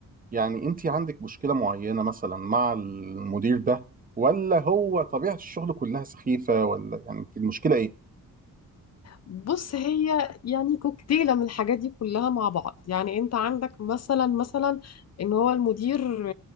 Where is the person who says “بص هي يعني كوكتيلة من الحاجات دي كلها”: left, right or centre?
Left